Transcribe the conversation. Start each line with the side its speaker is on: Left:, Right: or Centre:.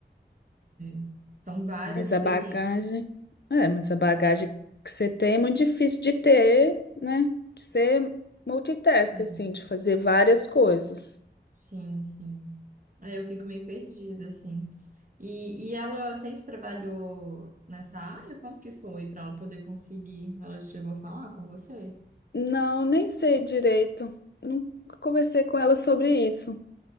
Right: São várias
Left: mas
Right: experiências.
Left: a bagagem. É, mas a bagagem que você tem é muito difícil de ter, né? De ser multitask,
Right: né?
Left: assim, de fazer várias coisas.
Right: Sim, sim. Aí eu fico meio perdida, assim. E, e ela sempre trabalhou nessa área? Como que foi para ela poder conseguir? Ela chegou a falar com você?
Left: Não, nem sei direito. Nunca conversei com ela sobre isso.